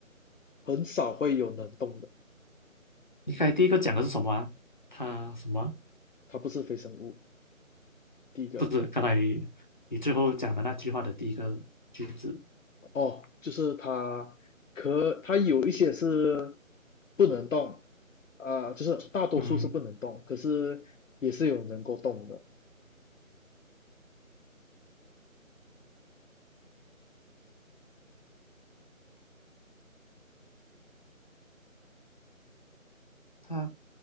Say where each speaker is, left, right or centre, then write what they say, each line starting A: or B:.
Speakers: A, on the left; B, on the left.
A: 很少会有能动的，
B: 你刚才第一个讲的是什么啊？他什么？
A: 它不是非生物。第一个
B: 不是，刚才你你最后讲的那句话的第一个句子，
A: 哦，就是它可它有一些是不能动，啊、呃就是大多数是不能动，
B: 嗯，
A: 可是也是有能够动的。
B: 他